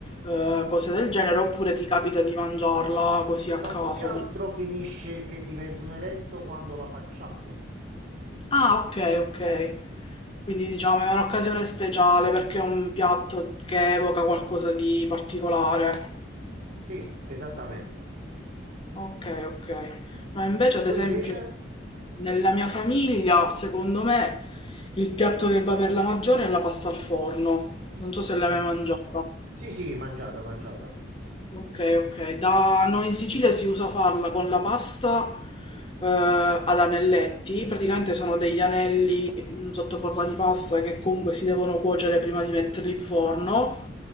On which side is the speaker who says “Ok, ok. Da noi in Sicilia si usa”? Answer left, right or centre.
Left